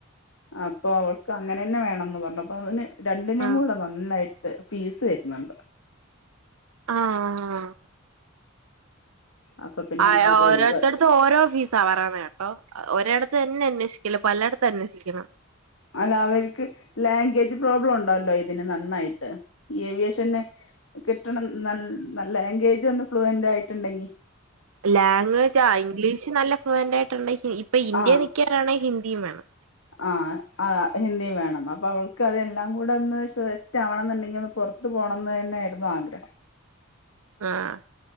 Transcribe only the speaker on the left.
അപ്പൊ അവൾക്ക് അങ്ങനെന്നെ വേണംന്ന് പർഞ്ഞ് അപ്പ അതിന് രണ്ടിനും
കൂടെ നന്നായി ട്ട് ഫീസ് വെര്ന്ന്ണ്ട്.
അപ്പൊ പിന്നെ
നമ്മളത്
ഒഴിവാക്കി
അല്ല അവര്ക്ക് ലാംഗ്വേജ് പ്രോബ്ലണ്ടല്ലോ ഇതിന് നന്നായിട്ട് ഏവിയേഷന്ന് കിട്ടണം നൽ നല്ലാംഗ്വേജൊന്ന് ഫ്ലുവൻ്റായിട്ടുണ്ടെങ്കി
ആ
ആഹ് ആഹ് ഹിന്ദിം വേണം അപ്പൊ അവൾക്കതെതെല്ലാം കൂടെ ഒന്ന് സെറ്റാവണന്നുണ്ടെങ്കി ഒന്ന് പൊർത്ത് പോ ണെന്നെന്നെയായിരുന്നു ആഗ്രഹം.